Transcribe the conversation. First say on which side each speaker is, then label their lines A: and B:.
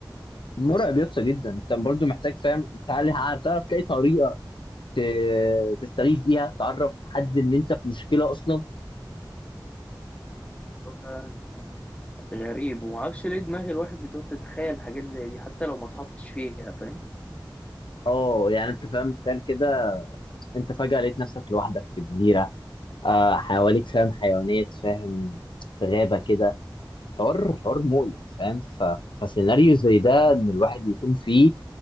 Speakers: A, on the left; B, on the left.
A: مرعب يسطا جدا انت برضو محتاج فاهم تعالى ع- تعرف تلاقي طريقه ت- تستغيث بيها تعرف حد ان انت في مشكله اصلا
B: موضوع فعلا غريب ومعرفش ليه دماغ الواحد بتقعد تتخيل حاجات زي دي حتى لو ما اتحطش فيها فاهم
A: اه يعني انت فاهم تخيل كده انت فجاه لقيت نفسك لوحدك في جزيره آه حواليك فاهم حيوانات فاهم في غابه كده حوار حوار مقلق فاهم ف... فسيناريو زي ده ان الواحد يكون فيه